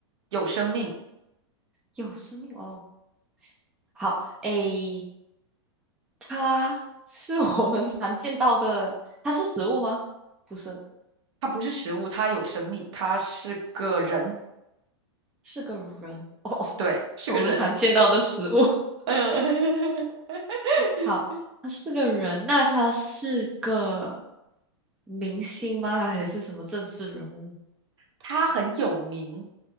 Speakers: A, on the right (about 70°); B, in the centre.
A: 有生命，
B: 有生命哦。好，诶，它是我们常见到的，它是植物吗？不是，
A: 它不是食物，它有生命，它是个人，
B: 是个人哦，<laughs>
A: 对，是个人，
B: 我们常见到的食物。
A: 嗯。<laughs>
B: 好，它是个人，那他是个明星吗？还是什么政治人物？
A: 他很有名，